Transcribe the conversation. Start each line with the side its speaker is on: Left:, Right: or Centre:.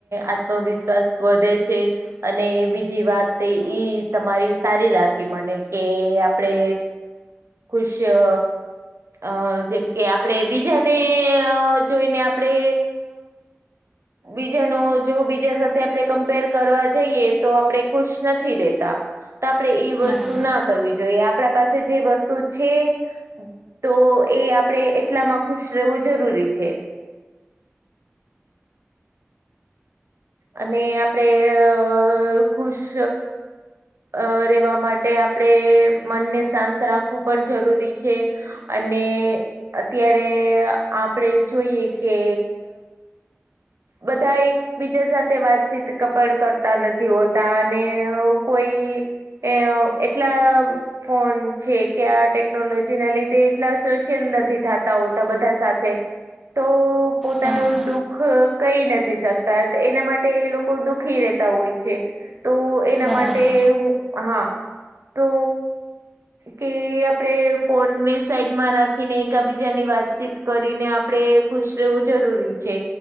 Right: આત્મવિશ્વાસ વધે છે. અને બીજી વાત ઈ તમારી સારી લાગી મને કે આપડે ખુશ અ અ જેમ કે આપણે બીજાને જોઈને આપડે બીજાનું જો બીજા સાથે આપણે કમ્પેર કરવા જઈએ તો આપણે ખુશ નથી રેતા તો આપણે એ વસ્તુ
Centre: રહીએ
Right: ના કરવી જોઈએ આપણા પાસે જે વસ્તુ છે તો એ આપડે એટલામાં ખુશ રહેવું જરૂરી છે. અને આપડે ખુશ અ રહેેવા માટે આપણે મનને શાંત રાખવું પણ જરૂરી છે. અને અત્યારે આપડે જોઈએ કે બધા એક બી- જા સાથે વાતચીત કપણ કરતા નથી હોતા અને કોઈ એ એટલા ફોન છે કે આ ટેકનોલોજી ના લીધે એટલા સોશિયલ નથી થતા હોતા બધા સાથે તો પોતાનું
Centre: બરાબર
Right: દુખ કઈ નથી શકતા એના માટે એ લોકો દુખી રહેતા હોય છે તો એના
Centre: બરાબર
Right: માટે
Centre: બરાબર
Right: હા તો કે આપણેે ફોનને સાઈડમાં રાખીને એકાબીજાની વાતચીત કરીને આપડે ખુશ રહેવું જરૂરી છે